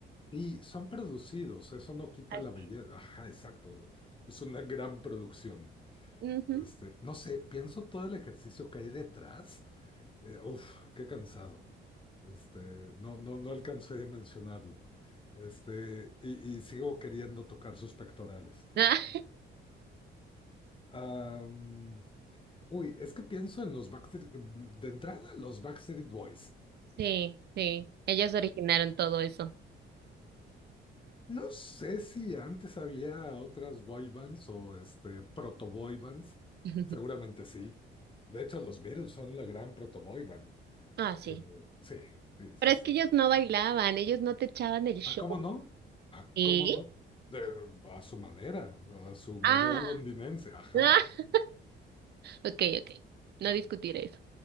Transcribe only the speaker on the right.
Así.
Ujú.
<laughs>
Ah,
sí, sí. Ellos originaron todo eso.
<laughs>
Ah,
sí.
Pero es
que ellos no bailaban, ellos no te echaban el show.
¿Eh?
Ah,
ah, <laughs> ok, ok. No discutiré eso.